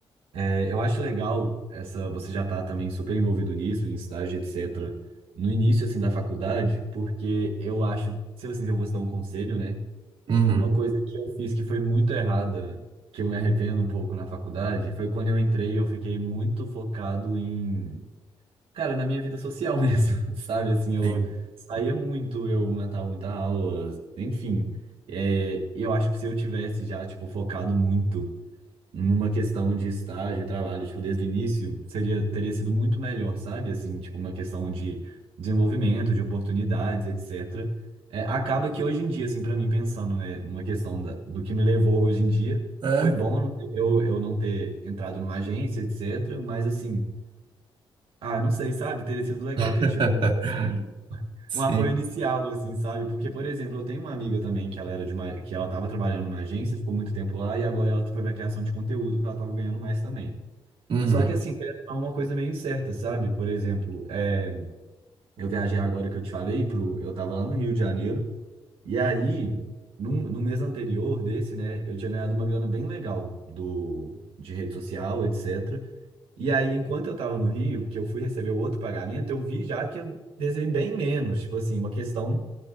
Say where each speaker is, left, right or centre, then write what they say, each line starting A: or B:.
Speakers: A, on the right; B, on the right.
A: É, Eu acho legal essa, você já tá também super envolvido nisso, em estágio, etc. No início assim da faculdade, porque eu acho, se eu, assim, eu vou te dar um conselho, né?
B: Hum. Uhum,
A: Uma coisa que eu fiz que foi muito errada, que eu me arrependo um pouco na faculdade, foi quando eu entrei, eu fiquei muito focado em, cara, na minha vida social <laughs> mesmo, sabe? Assim, eu
B: sim.
A: saía muito, eu matava muita aula, enfim. É, e eu acho que se eu tivesse já, tipo, focado muito numa questão de estágio, trabalho, tipo, desde o início, seria, teria sido muito melhor, sabe? Assim, tipo, uma questão de desenvolvimento, de oportunidades, etc. É, acaba que hoje em dia, assim, para mim, pensando, né, numa questão da, do que me levou hoje em dia,
B: É,
A: foi bom eu, eu não ter entrado numa agência, etc. Mas, assim, ah, não sei, sabe? Teria sido legal
B: <laughs>
A: ter tido um. um
B: sim.
A: um apoio inicial, assim, sabe? Porque, por exemplo, eu tenho uma amiga também que ela era de uma, que ela estava trabalhando numa agência, ficou muito tempo lá e agora ela foi para criação de conteúdo porque ela estava ganhando mais também.
B: Uhum,
A: Só que assim, querendo ou não, é uma coisa meio incerta, sabe? Por exemplo, é, eu viajei agora que eu te falei pro, eu estava lá no Rio de Janeiro e aí num- no, mês anterior desse, né, eu tinha ganhado uma grana bem legal do de rede social, etc. E aí, enquanto eu estava no Rio, que eu fui receber o outro pagamento, eu vi já que eu recebi bem menos, tipo assim, uma questão